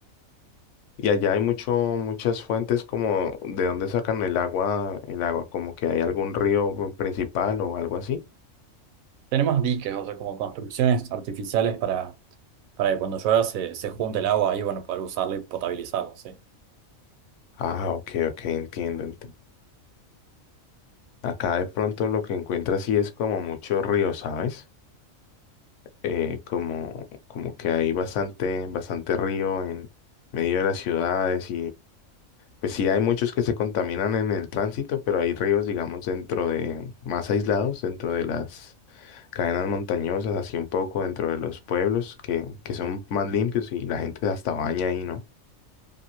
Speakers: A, on the left; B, on the right.
A: Y allá hay mucho, muchas fuentes como de dónde sacan el agua, el agua, como que hay algún río principal o algo así.
B: Tenemos diques, o sea, como construcciones artificiales para Para que cuando llueva se, se junte el agua ahí, bueno, poder usarla y potabilizarla, sí.
A: Ah, ok, ok, entiendo, entiendo. Acá de pronto lo que encuentras sí es como mucho río, ¿sabes? Eh, como, como que hay bastante, bastante río en medio de las ciudades Pues sí, hay muchos que se contaminan en el tránsito, pero hay ríos, digamos, dentro de, más aislados, dentro de las cadenas montañosas, así un poco dentro de los pueblos, que, que son más limpios y la gente hasta baña ahí, ¿no?